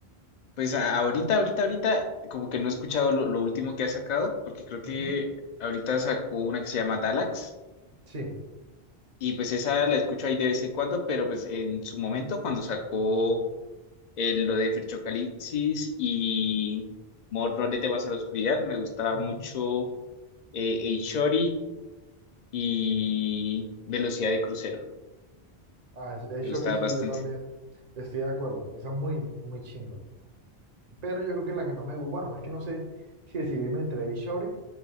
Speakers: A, on the left; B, on the right.
A: Pues a- ahorita, ahorita, ahorita, como que no he escuchado lo, lo último que ha sacado, porque creo que
B: Ujú,
A: ahorita sacó una que se llama Dalax,
B: Sí.
A: y pues esa la escucho ahí de vez en cuando, pero pues en su momento, cuando sacó el- lo de Ferchocalipsis y Mordor de temas a la oscuridad, me gustaba
B: ujú.
A: mucho eh, Eichori y Velocidad de Crucero,
B: Ah, el
A: me
B: Shorty
A: gustaba
B: sí,
A: bastante.
B: yo también estoy de acuerdo. Esa es muy, muy chimba. Pero yo creo que la que más me gusta, bueno, es que no sé si decidirme entre el Shorty